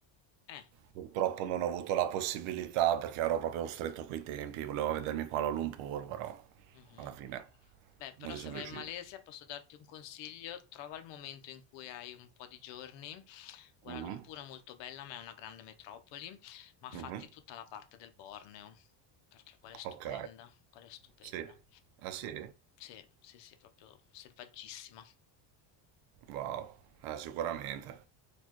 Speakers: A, on the left (about 65°); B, on the right (about 85°).
A: Eh.
B: purtroppo non ho avuto la possibilità perché ero proprio stretto coi tempi, volevo vedermi qua a Lumpur, però
A: Mhm.
B: alla fine
A: Beh, però
B: non ci
A: se
B: sono
A: vai
B: riuscito.
A: in Malesia posso darti un consiglio, trova il momento in cui hai un po' di giorni. Kuala
B: Mhm,
A: Lumpur è molto bella, ma è una grande metropoli, ma fatti
B: mhm.
A: tutta la parte del Borneo, perché quella è stupenda,
B: Ok,
A: quella è stupenda.
B: sì. Ah sì?
A: Sì, sì, sì, è proprio selvaggissima.
B: Wow, Eh, sicuramente.